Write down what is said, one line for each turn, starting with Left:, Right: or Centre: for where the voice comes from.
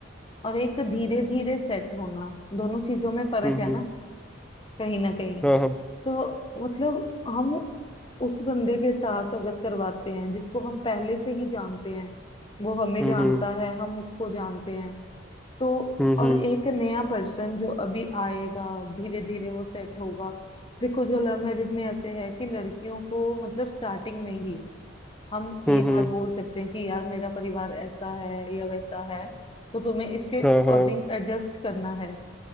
Left: और एक धीरे धीरे सेट होना दोनों चीजों में फर्क
Centre: हम्म
Left: है
Centre: हम्म
Left: ना कहीं ना कहीं
Centre: हाँ हाँ
Left: तो मतलब हम उस बंदे के साथ अगर करवाते हैं जिसको हम पहले से ही जानते हैं वो हमें
Centre: हम्म
Left: जानता
Centre: हम्म
Left: है हम उसको जानते हैं तो
Centre: हम्म
Left: और एक नया पर्सन जो अभी आएगा धीरे धीरे वो सेट होगा देखो जो लव मैरिज में ऐसे है कि लड़कियों को मतलब स्टार्टिंग में ही हम ये
Centre: हम्म हम्म
Left: बात
Centre: हम्म,
Left: बोल सकते हैं कि यार मेरा परिवार ऐसा है या वैसा है तो तुम्हें इसके अकॉर्डिंग
Centre: हाँ हाँ
Left: एडजस्ट करना है